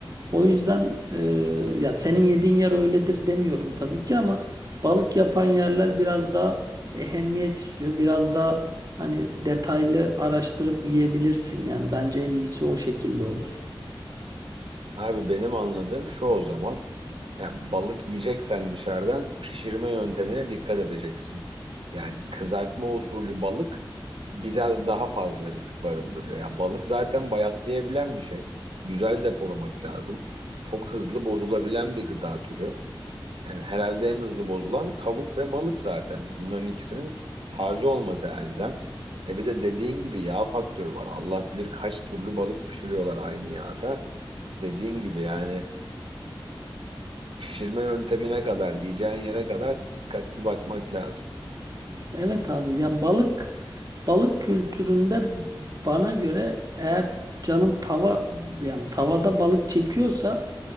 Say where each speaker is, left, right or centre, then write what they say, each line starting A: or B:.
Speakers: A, on the right (about 45°); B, on the right (about 80°).
A: O yüzden e, ya senin yediğin yer öyledir demiyorum tabii ki ama balık yapan yerler biraz daha ehemmiyet istiyor. Biraz daha hani detaylı araştırıp yiyebilirsin yani bence en iyisi o şekilde olur.
B: Abi benim anladığım şu o zaman. Yani balık yiyeceksen dışarıdan pişirme yöntemine dikkat edeceksin. Yani kızartma usulü balık biraz daha fazla risk barındırıyor. Ya balık zaten bayatlayabilen bir şey. Güzel depolamak lazım. Çok hızlı bozulabilen bir gıda türü. Yani herhalde en hızlı bozulan tavuk ve balık zaten. Bunların ikisinin taze olması elzem. E bir de dediğin gibi yağ faktörü var. Allah bilir kaç türlü balık pişiriyorlar aynı yağda. Dediğin gibi yani pişirme yöntemine kadar, yiyeceğin yere kadar dikkatli bakmak lazım.
A: Evet abi ya balık balık kültüründe bana göre eğer canım tava yani tavada balık çekiyorsa